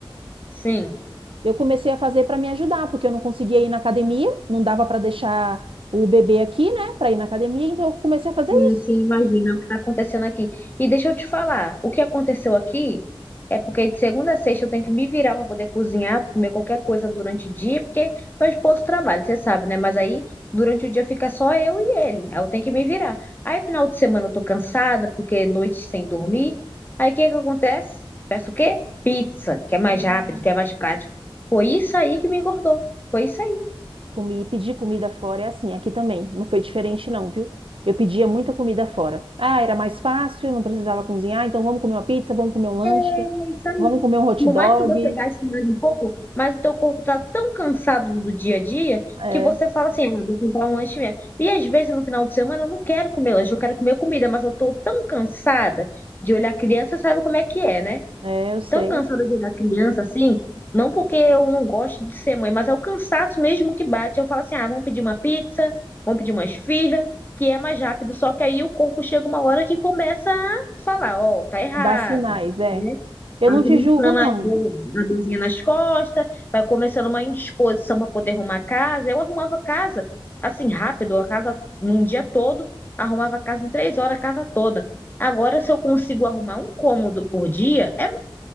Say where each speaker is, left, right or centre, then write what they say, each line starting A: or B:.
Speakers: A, on the left (about 20°); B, on the right (about 70°).
A: Sim.
B: Eu comecei a fazer para me ajudar, porque eu não conseguia ir na academia, não dava para deixar o bebê aqui, né, para ir na academia, então eu comecei a fazer
A: Sim,
B: isso.
A: sim, imagina o que está acontecendo aqui. E deixa eu te falar, o que aconteceu aqui é porque de segunda a sexta eu tenho que me virar para poder cozinhar, comer qualquer coisa durante o dia, porque meu esposo trabalha, você sabe, né? Mas aí durante o dia fica só eu e ele, aí eu tenho que me virar. Aí final de semana eu tô cansada, porque noite sem dormir. Aí o que que acontece? Peço o quê? Pizza, que é mais
B: Hum.
A: rápido, que é mais prático. Foi isso aí que me engordou. Foi isso aí.
B: Comi, pedir comida fora é assim, aqui também. Não foi diferente, não, viu? Eu pedia muita comida fora. Ah, era mais fácil, não precisava cozinhar, então vamos comer uma pizza, vamos comer um lanche,
A: É isso aí.
B: vamos comer um hot
A: Por
B: dog.
A: mais que você gaste mais um pouco, mas o teu corpo tá tão cansado do dia a dia
B: É,
A: que você fala assim, ah, vou comprar um lanche mesmo. E às vezes no final de semana eu não quero comer lanche, eu quero comer comida, mas eu tô tão cansada de olhar criança, sabe como é que é, né?
B: é, eu sei.
A: Tão cansada de olhar criança assim, não porque eu não gosto de ser mãe, mas é o cansaço mesmo que bate. Eu falo assim, ah, vamos pedir uma pizza, vamos pedir uma esfirra, que é mais rápido. Só que aí o corpo chega uma hora que começa a falar, ó, tá errado
B: Dá sinais, é.
A: né?"
B: Eu
A: Vai
B: não
A: começando
B: te julgo, não,
A: as dor- a dorzinha nas costas, vai começando uma indisposição para poder arrumar a casa. Eu arrumava a casa assim rápido, a casa num dia todo, arrumava a casa em três horas, a casa toda. Agora, se eu consigo arrumar um cômodo por dia, é